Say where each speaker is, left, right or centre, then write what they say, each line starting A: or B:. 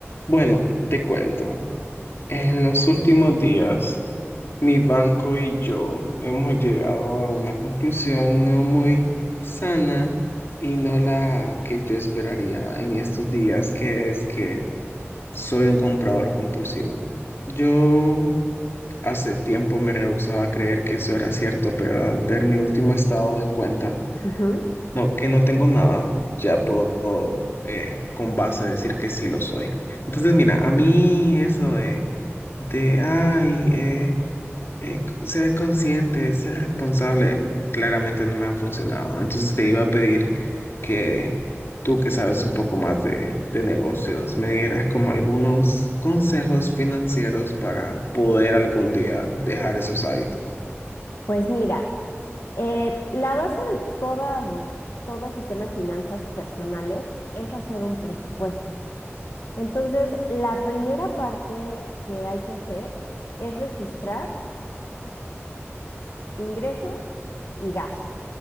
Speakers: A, on the left; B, on the left.
A: Bueno, te cuento. En los últimos días, mi banco y yo hemos llegado a una conclusión no muy sana y no la que yo esperaría en estos días, que es que soy un comprador compulsivo. Yo hace tiempo me rehusaba a creer que eso era cierto, pero al ver mi último estado de cuenta,
B: Ujú.
A: no, que no tengo nada, ya puedo eh, con base decir que sí lo soy. Entonces, mira, a mí eso de, de ay, eh, eh, ser consciente, ser responsable, claramente no me ha funcionado. Entonces te iba a pedir que tú, que sabes un poco más de, de negocios, me dieras como algunos consejos financieros para poder algún día dejar esos hábitos.
B: Pues mira, eh, la base de todas, todo sistema de finanzas personales es hacer un presupuesto. Entonces, la primera parte que hay que hacer es registrar ingresos y gastos.